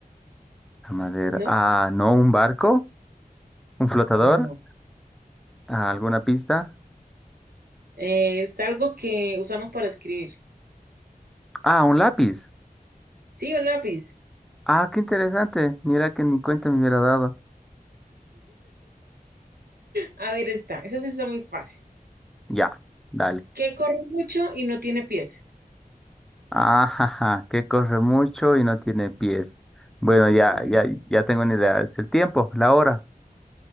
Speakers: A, in the centre; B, on the right.
A: La madera.
B: ¿No?
A: Ah, no, un barco, un flotador,
B: No.
A: ah, alguna pista.
B: Eh, es algo que usamos para escribir.
A: Ah, un lápiz.
B: Sí, un lápiz.
A: Ah, qué interesante. Mira que ni cuenta me hubiera dado.
B: A ver, esta. Esa sí está muy fácil.
A: Ya, dale.
B: Que corre mucho y no tiene pies.
A: Ajaja, que corre mucho y no tiene pies. Bueno, ya,
B: Ujú.
A: ya, ya tengo una idea. Es el tiempo, la hora.